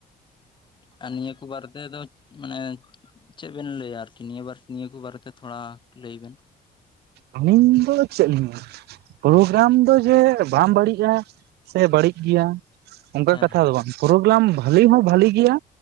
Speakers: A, on the left; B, on the right.
A: ᱟᱨ ᱱᱤᱭᱟᱹᱠᱚᱴᱩ ᱵᱟᱨᱮ ᱛᱮᱫᱚᱼᱼ ᱢᱟᱱᱮ ᱪᱮᱜ ᱵᱮᱱ ᱞᱟᱹᱭᱼᱟ ᱟᱨᱠᱤ ᱱᱤᱭᱟᱹ ᱱᱤᱭᱟᱹ ᱠᱩ ᱵᱟᱨᱮ ᱛᱮ ᱛᱷᱚᱲᱟ ᱞᱟᱹᱭ ᱵᱮᱱ ᱾
B: ᱟᱹᱞᱤᱧ ᱫᱚ ᱪᱮᱫ ᱞᱤᱧ ᱞᱟᱹᱭᱟ? ᱯᱨᱳᱜᱨᱟᱢ ᱫᱚ ᱡᱮ ᱵᱟᱝ ᱵᱟᱹᱲᱤᱡᱼᱟ ᱥᱮ ᱵᱟᱟᱹᱲᱤᱡ ᱜᱮᱭᱟ ᱼᱼ ᱚᱱᱠᱟᱱ
A: ᱦᱮᱸ
B: ᱠᱟᱛᱷᱟ
A: ᱦᱮᱸ
B: ᱫᱚ ᱵᱟᱝ ᱯᱨᱳᱜᱨᱟᱢ ᱵᱷᱟᱹᱞᱤ ᱦᱚᱸ ᱵᱷᱟᱞᱤ ᱜᱮᱭᱟᱼᱼ